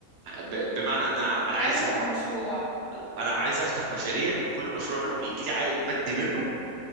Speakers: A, on the right (about 80°); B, on the left (about 80°).
A: ب... بمعنى ان انا انا
B: انا
A: عايز
B: عايزه افتح
A: ابقى
B: مشروع
A: انا عايز افتح مشاريع وكل مشروع منهم يجي لي عائد مادي منه